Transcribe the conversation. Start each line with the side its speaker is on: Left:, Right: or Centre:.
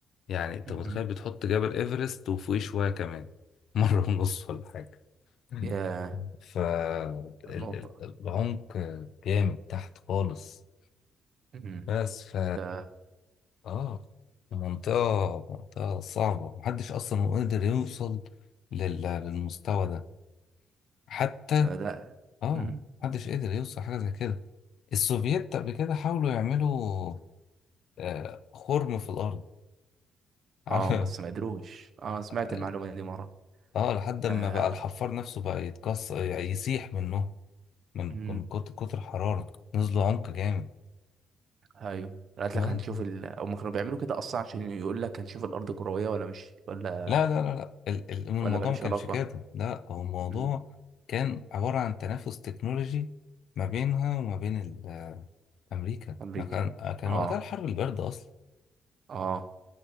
Left: يعني انت
Right: مم.
Left: متخيل بتحط جبل ايفرست وفوقيه شوية كمان <laughs> مرة ونص ولا حاجة مم.
Right: يا
Left: فالعمق
Right: النقطة
Left: جامد تحت خالص
Right: مم.
Left: بس ف
Right: ده
Left: اه منطقة منطقة صعبة محدش أصلا قدر يوصل لل... للمستوى ده حتى
Right: ده ده-
Left: اه
Right: مم.
Left: محدش قدر يوصل حاجة زي كده السوفييت قبل كده حاولوا يعملوا آه خرم في الأرض <laughs>
Right: اه بس ما قدروش اه سمعت
Left: عارف
Right: المعلومة دي مرة
Left: اه لحد
Right: آه.
Left: ما بقى الحفار نفسه بقى يتكسر يسيح منه من
Right: مم.
Left: من كت- كتر حرارة نزلوا عمق جامد
Right: ايوه قالت
Left: لا
Right: لك هنشوف ال... هم كانوا بيعملوا كده اصلا عشان يقول لك هنشوف الارض كروية ولا مش ولا
Left: لا لا لا لا. ال- ال- الموضوع
Right: ولا ملوش
Left: ما كانش
Right: علاقة
Left: كده لا هو الموضوع
Right: مم.
Left: كان عبارة عن تنافس تكنولوجي ما بينها وما بين ال- أمريكا
Right: امريكا
Left: كان كان
Right: اه
Left: وقتها الحرب الباردة أصلا
Right: اه